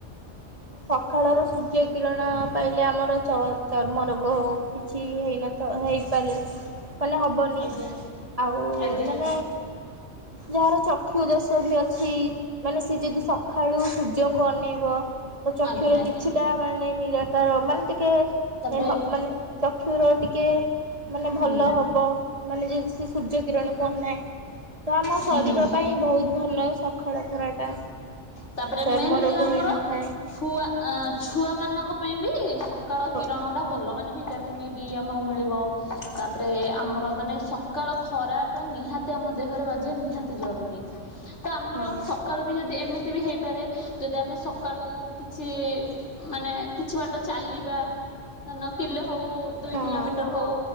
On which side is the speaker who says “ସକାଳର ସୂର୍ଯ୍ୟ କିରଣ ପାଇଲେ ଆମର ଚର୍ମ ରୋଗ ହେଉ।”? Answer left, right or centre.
Right